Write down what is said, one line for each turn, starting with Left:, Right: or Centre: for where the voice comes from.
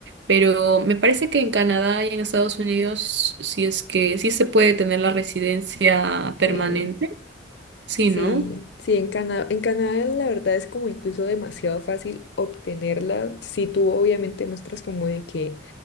Right: Pero me parece que en Canadá y en Estados Unidos, si es que sí se puede tener la residencia permanente,
Left: Sí.
Right: sí,
Left: Sí,
Right: ¿no?
Left: sí, en Canadá, en Canadá la verdad es como incluso demasiado fácil obtenerla si tú obviamente muestras como de que,